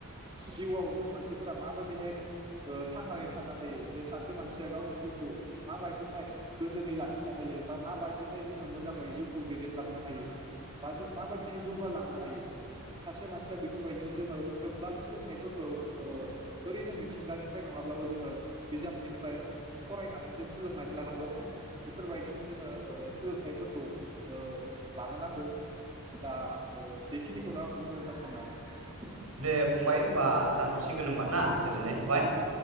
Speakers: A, on the right; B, on the right.
A: जिउआव जों मानसिफोरा माबायदिहाय ओ थांनानै थानो हायो जे सासे मानसिया गावनि जिउखौ माबायदिहाय गोजोनै लाखिनो हायो बा माबायदिहाय जोङो मोजाङै जिउखौ दैदेनलांनो हायो बा जों माबायदिहाय जौगालांनो हायो सासे मानसिया बेफोरबायदिनो जोङो गोबां सोलोंथाइफोरखौ ओरैनो मिथिंगानिफ्राय नङाब्लाबो जोङो बिजाबनिफ्राय फरायनानै जों सोलोंनानै लानांगौ बेफोरबायदिनो जोङो ओ सोलोंथाइफोरखौ ओ लानो नांगौ दा बेखिनिखौनो आं बुंनो होनना सानो आरो
B: दे फंबाय होमबा जाथ'सिगोन होमबा ना गोजोननाय थाबाय